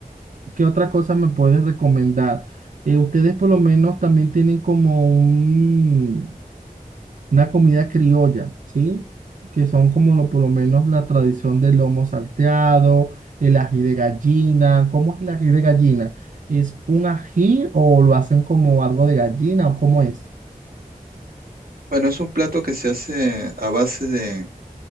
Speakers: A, on the right; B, on the right.
A: ¿qué otra cosa me puedes recomendar? Eh, ustedes por lo menos también tienen como un, una comida criolla, ¿sí? Que son como lo- por lo menos la tradición del lomo salteado, el ají de gallina. ¿Cómo es el ají de gallina? ¿Es un ají o lo hacen como algo de gallina o cómo es?
B: bueno, es un plato que se hace a base de,